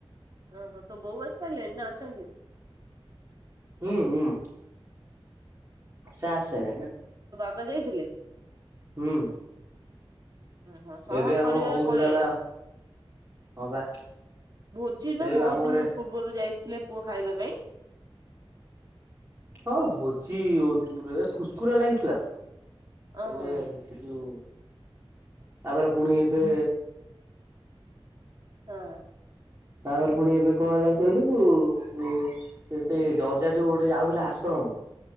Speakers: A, on the right; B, on the right.
A: ଓହୋ ତ ବୋଉ ଆସି ସାଇଲେଣି ନା ଅଛନ୍ତି।
B: ହୁଁ ହୁଁ ସେ ଆସାଇଲାନି ନା
A: ପା ଯାଇଥିଲେ
B: ହୁଁ
A: ଓହୋ ସହ
B: ଏବେ ଆମ
A: ପରିବାର
B: ହଉଥିଲା
A: ପଳେଇଆଇଲ
B: ବା ହଁ ବା
A: ଭୋଜି ବା
B: ଏବେ
A: ବହୁତ
B: ମାମୁଁ
A: ଦିନ
B: ଘରେ
A: ପୂର୍ବରୁ ଯାଇ ଥିଲେ ପୁଅ ଖାଇବା ପାଇଁ
B: ହଁ ଭୋଜି ବହୁ ଦିନ ପୁର ଫୁସ୍କୁରା ଲାଗିଥିଲା
A: ଓହୋ
B: ଏବେ ସେ ଯୋଉ ତାପରେ ପୁଣି ଏବେ
A: ହଁ
B: ତାପରେ ପୁଣି ଏବେ କଣ ହେଲା କହିଲୁ ଯୋ ଏବେ ଜଜା ଯୋଉ ଗୋଟେ ଯାଉଥିଲା ଆଶ୍ରମ